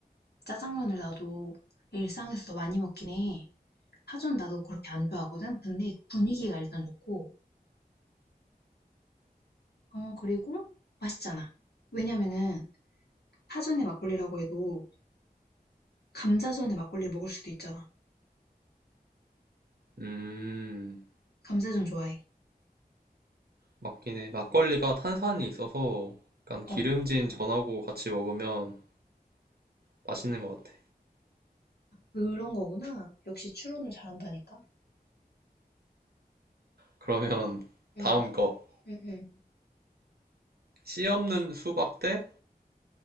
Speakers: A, on the left; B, on the right.
A: 짜장면을 나도 일상에서도 많이 먹긴 해. 파전 나도 그렇게 안 좋아하거든? 근데 그 분위기가 일단 좋고, 어, 그리고 맛있잖아. 왜냐면은 파전의 막걸리라고 해도 감자전에 막걸리를 먹을 수도 있잖아.
B: 음,
A: 감자전 좋아해.
B: 맞긴 해. 막걸리가 탄산이 있어서 약간 기름진
A: 어,
B: 전하고 같이 먹으면 맛있는 것 같아.
A: 그런 거구나. 역시 추론을 잘한다니까.
B: 그러면
A: 응,
B: 다음 거.
A: 응, 응.
B: 씨 없는 수박 대